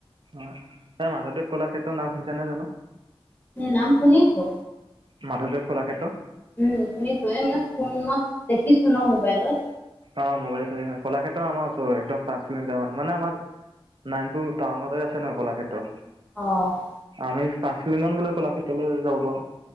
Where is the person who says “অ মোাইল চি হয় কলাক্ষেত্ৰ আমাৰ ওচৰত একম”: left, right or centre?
Right